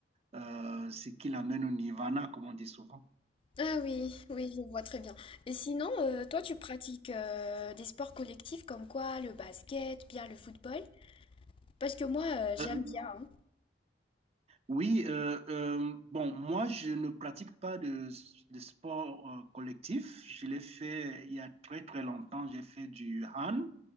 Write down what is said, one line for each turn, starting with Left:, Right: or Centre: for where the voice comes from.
Right: euh, ce qu'il amène au nirvana, comme on dit souvent.
Left: Ah oui, oui, je vois très bien. Et sinon, euh, toi, tu pratiques euh, des sports collectifs comme quoi le basket, bien le football? Parce que moi, euh, j'aime
Right: Euh,
Left: bien. hein.
Right: Oui, euh, euh, bon, moi, je ne pratique pas de, de sport euh, collectif. Je l'ai fait il y a très, très longtemps. J'ai fait du hand